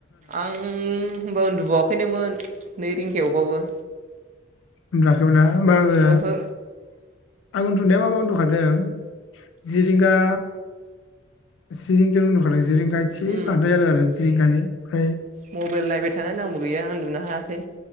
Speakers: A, on the right (about 40°); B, on the left (about 80°).
A: आं होमबा उन्दुबावाखैनोमोन नै रिंगायावबाबो।
B: उनदुलाङाखैमोनना होमबा आङो
A: ओहो
B: आं उन्दुनाया माबा उन्दुखादों जिरिंगां जिरिंगा उन्दुखादों गायथि
A: उम
B: बांद्रायो आरो जिरिंगानि फ्राय
A: मबाइल नायबाय थानायनै आंबो गैया उन्दुनो हायासै।